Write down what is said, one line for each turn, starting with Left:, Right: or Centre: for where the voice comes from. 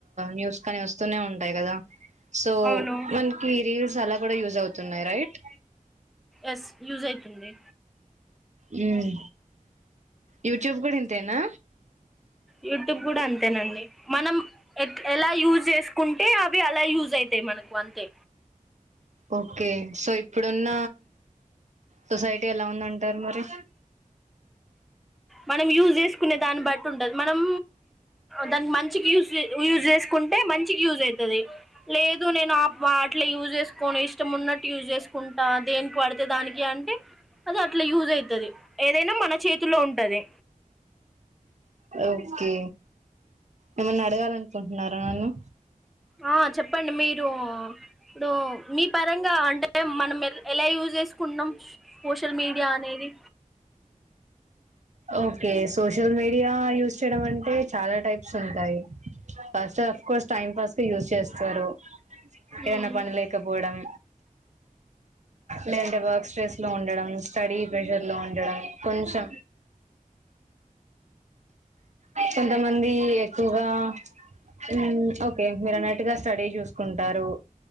Right: న్యూస్ కానీ వస్తూనే ఉంటాయి కదా సో
Centre: అవును
Right: మనకి రీల్స్ అలా కూడా యూజ్ అవుతున్నాయి రైట్
Centre: ఎస్ యూజ్ అయితుంది
Right: హ్మ్ యూట్యూబ్ కూడా ఇంతేనా
Centre: యూట్యూబ్ కూడా అంతేనండి మనం ఎ ఎలా యూజ్ చేసుకుంటే అవి అలా యూజ్ అయితాయి మనకు అంతే
Right: ఓకే సో ఇప్పుడున్న సొసైటీ ఎలా ఉందంటారు మరి
Centre: మనం యూజ్ చేసుకునే దాన్ని బట్ ఉంటదు మనం దాన్ని మంచికి యూజ్ యూజ్ చేసుకుంటే మంచికి యూజ్ అయితది లేదు నేను ఆ వాటిలో యూజ్ చేసుకోని ఇష్ ఇష్టం ఉన్నట్టుయూజ్ చేసుకుంటా దేని పడితే దానికి అంటే అది అట్లా యూజ్ అయితది ఏదైనా మన చేతిలో ఉం అదే
Right: ఓకే ఏమన్నా అడగాలనుకుంటున్నారా నన్ను
Centre: ఆ చెప్పండి మీరు ఇప్పుడు మీ పరంగా అంటే మనం ఎలా యూజ్ చేసుకుంటున్నాం సోషల్ మీడియా అనేది
Right: ఓకే సోషల్ మీడియా యూస్ చేయడం అంటే చాలా టైప్స్ ఉంటాయి first of course time pass కె యూజ్ చేస్తారు ఏదన్నా
Centre: ఉమ్
Right: పని లేకపోవడం లేదంటే వర్క్స్ స్ట్రెస్ లో ఉండడం స్టడీ ప్రెషర్ లో ఉండడం కొంచెం కొంతమంది ఎక్కువగా హ్మ్ ఓకే మీరు అన్నట్టుగా స్టడీ చూసుకుంటారు